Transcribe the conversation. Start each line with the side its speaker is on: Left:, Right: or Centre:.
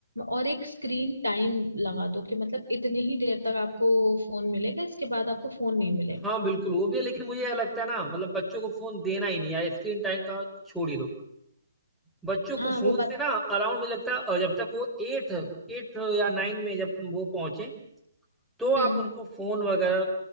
Right: और एक स्क्रीन टाइम लगा दो कि मतलब इतने ही देर तक आपको फोन मिलेगा इसके बाद आपको फोन नहीं मिलेगा
Centre: हाँ बिल्कुल वो भी है लेकिन मुझे यह लगता है ना मतलब बच्चों को फोन देना ही नहीं यार स्क्रीन टाइम का छोड़ ही दो बच्चों को
Right: हाँ
Centre: फोन
Right: वो बात
Centre: से ना अराउंड मुझे लगता है अ, जब तक वो एट एट या नाइन में जब वो पहुंचे तो आप
Right: हम्म
Centre: उनको फोन वगैरह